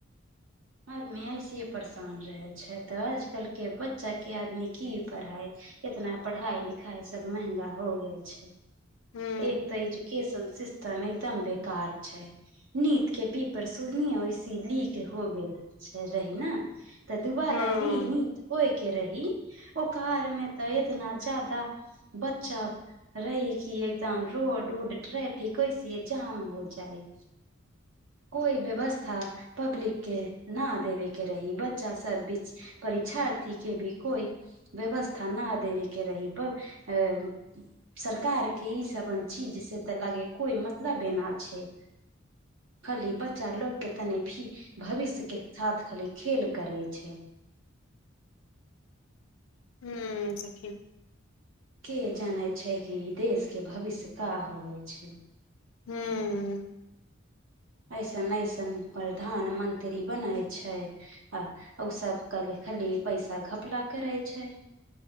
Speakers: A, on the right; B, on the left.
A: आदमी ऐसे परेशान रहे छै तऽ आजकल के बच्चा के आदमी की पढ़ाय इतना पढ़ाइ लिखाइ सब महंगा हो गेल छै
B: हँ
A: एक तऽ एजुकेशन सिस्टम एकदम बेकार छै नीट के पेपर सुरनीय ओहिसे लीक हो गेल छ रही ने तऽ दुबारा
B: हँ
A: री नीट होयके रही ओ कार मे तऽ इतना ज्यादा बच्चा रहि क एकदम रोड उड ट्रेफिक ऐसे जाम हो जाइ कोइ व्यवस्था पब्लिक के ना देवे के रही बच्चा सब बीच परीक्षार्थी के भी कोइ व्यवस्था न देवे के रहि बस अ सरकार के ईसभन चीज से तऽ लागे कोइ मतलब एना छै खाली बच्चा लोकग के तनि भी भविष्य के साथ खाली खेल करे छै
B: हूँ सखी
A: के जाने छै कि देश के भविष्य का होवे छै
B: हूंम्म
A: ऐसन ऐसन प्रधानमंत्री बनै छै आ उ सब कलि, खाली पैसा घपला करै छै।